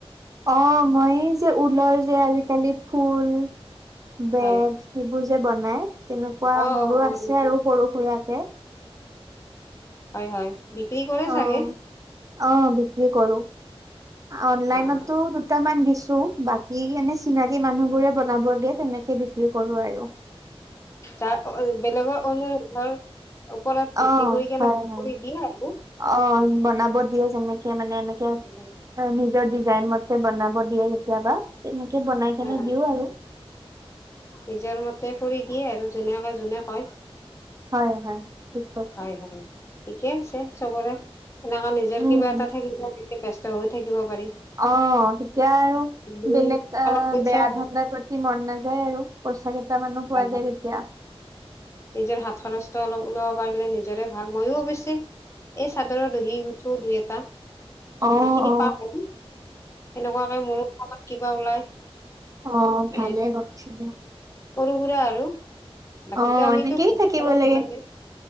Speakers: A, on the right; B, on the left.
A: অ', মই এইযে ঊলৰ যে আজিকালি ফুল বেগ।
B: হয়
A: সেইবোৰ যে বনাই তেনেকুৱা
B: অ
A: মোৰো
B: অ অ
A: আছে
B: নিশ্চয়।
A: আৰু সৰু সুৰাকে।
B: হয়, হয় বিক্ৰী কৰে
A: অ',
B: চাগে।
A: অ', বিক্ৰী কৰোঁ অনলাইনতো
B: অ অ
A: দুটামান দিছোঁ বাকী। সি কেনে চিনাকী মানুহবোৰে বনাব দিয়ে তেনেকে বিক্ৰী কৰোঁ আৰু।
B: তাৰ বেলেগৰ অনুৰোধৰ ওপৰত ভিত্তি
A: অ',
B: কৰি কেনে
A: হয়, হয়।
B: কৰি দিয়ে আৰু।
A: অ', বনাব দিয়ে যেনেকে মানে এনেকে।
B: অ
A: অ', নিজৰ ডিজাইন মতে বনাব দিয়ে কেতিয়াবা তেনেকে বনাই কেনে
B: অ
A: দিও আৰু।
B: নিজৰ মতে কৰি দিয়ে আৰু যোনে কৈ কয়।
A: হয়, হয়। কৈছে
B: হয়, হয় ঠিকে আছে চবৰে এনেকুৱা নিজৰ
A: উম।
B: কিবা এটা থাকিলে। তে ব্যস্ত হৈ থাকিব পাৰি।
A: অ', তেতিয়া আৰু।
B: দুই
A: বেলেগ
B: অলপ পইচা
A: বেয়া
B: হয়
A: ধাণ্ডাৰ প্ৰতি মন নাযায় আৰু পইচা কেইটামানো পোৱা
B: হয়
A: যায় তেতিয়া।
B: নিজৰ হাত খৰচটো অলপ ওলাব পাৰিলে নিজৰে ভাল ময়ো অৱশ্যে। এই চাদৰৰ দহি গুঠো দুই এটা
A: অ
B: যিখিনি
A: অ
B: পা সেনেকুৱাকে মোৰ কামত কিবা ওলাই
A: অ ভালে
B: এ
A: গছিলে
B: সৰু সুৰা আৰু বাকী
A: অ
B: আমিতো
A: এনেকেই
B: নোৱাৰ
A: থাকিব লাগে